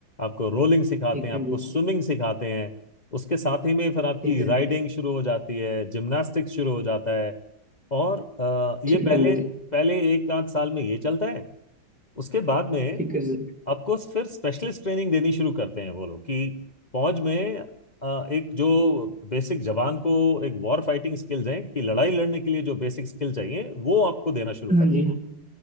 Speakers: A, on the left; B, in the centre.
A: आपको रोलिंग सिखाते
B: ठीक
A: हैं आपको
B: है अंकल
A: स्विमिंग
B: जी
A: सिखाते हैं उसके साथ ही में फिर आपकी
B: ठीक है अंकल
A: राइडिंग
B: जी
A: शुरू हो जाती है जिम्नास्टिक्स शुरू हो जाता है और अ, ये
B: ठीक
A: पहले
B: है अंकल जी
A: पहले एक आध साल में ये चलता है उसके बाद में
B: ठीक है अंकल जी
A: आपको फिर स्पेशलिस्ट ट्रेनिंग देनी शुरू करते हैं वो लोग कि फौज में अ, एक जो बेसिक जवान को एक वॉर फाइटिंग स्किल्स हैं कि लड़ाई लड़ने के लिए जो बेसिक स्किल चाहिए वो आपको देना शुरू
B: हाँ
A: कर
B: जी